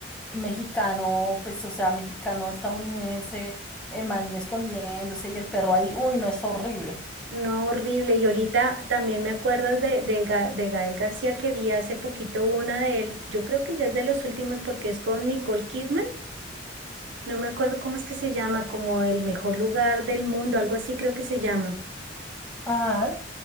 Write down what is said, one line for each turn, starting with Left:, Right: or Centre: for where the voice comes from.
Centre: mexicano, pues, o sea, mexicano estadounidense, el man escondiéndose y el perro ahí. Uy, no, está horrible.
Right: No, horrible. Y ahorita también me acuerdo de, de, Ga- de Gael García que vi hace poquito una de él. Yo creo que ya es de los últimos porque es con Nicole Kidman. No me acuerdo cómo es que se llama, como el mejor lugar del mundo, algo así creo que se llama.
Centre: Ajá.